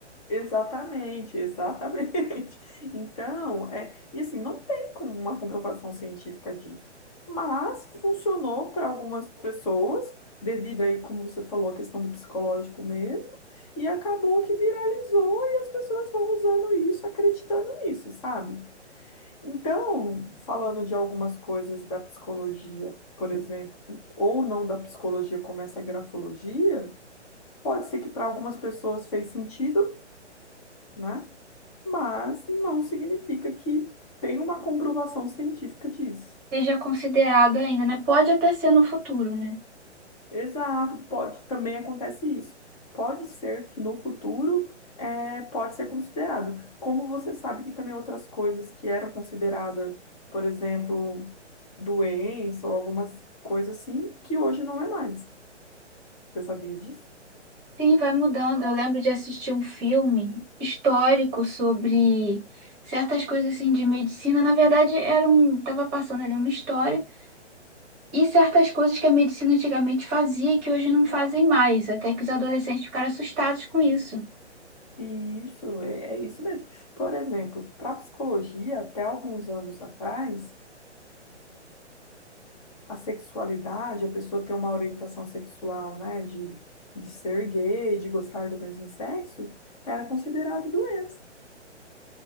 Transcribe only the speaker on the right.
Seja considerado ainda, né? Pode até ser no futuro, né?
Sim, vai mudando. Eu lembro de assistir um filme histórico sobre certas coisas assim de medicina. Na verdade, era um, tava passando ali uma história e certas coisas que a medicina antigamente fazia e que hoje não fazem mais, até que os adolescentes ficaram assustados com isso.